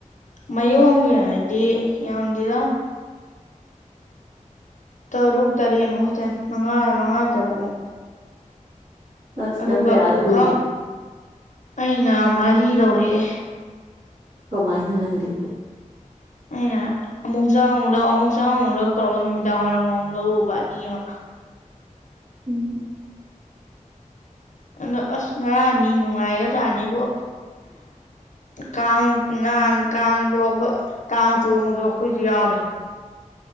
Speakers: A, on the left; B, on the right.
A: ꯃꯌꯣꯝꯒꯤ ꯑꯣꯏꯔꯗꯤ ꯌꯥꯝꯗꯦꯗ ꯇꯔꯨꯛ ꯇꯔꯦꯠ ꯃꯨꯛ ꯈꯛꯇꯅꯤ ꯃꯉꯥ ꯃꯉꯥ ꯇꯔꯨꯛ ꯃꯨꯛ
B: ꯑꯁ
A: ꯑꯗꯨꯒ
B: ꯅꯪ ꯀꯌꯥ
A: ꯄꯣꯈꯝ
B: ꯂꯧꯔꯤꯕ
A: ꯑꯩꯅ ꯃꯔꯤ ꯂꯧꯔꯑꯦ
B: ꯀꯃꯥꯏꯅ ꯅꯪꯗꯤ
A: ꯑꯩꯅ ꯑꯃꯨꯛ ꯆꯪ ꯑꯃꯨꯛ ꯂꯧ ꯑꯃꯨꯛ ꯆꯪ ꯑꯃꯨꯛ ꯂꯧ ꯇꯧꯔꯒ ꯅꯨꯃꯤꯗꯥꯡ ꯋꯥꯏꯔꯝ ꯑꯃꯨꯛ ꯂꯧꯔꯨꯕ ꯑꯅꯤ ꯑꯃ
B: ꯎꯝ
A: ꯑꯗꯣ ꯑꯁ ꯉꯔꯥꯡꯅꯤ ꯅꯨꯡꯉꯥꯏꯒꯖꯥꯠꯅꯤꯕꯣ ꯀꯥꯡ ꯉꯥꯡ ꯀꯥꯡꯗꯣ ꯑꯈꯣꯏ ꯀꯥꯡ ꯇꯣꯡꯕꯗꯣ ꯑꯈꯣꯏꯖꯨ ꯌꯥꯎꯔꯦ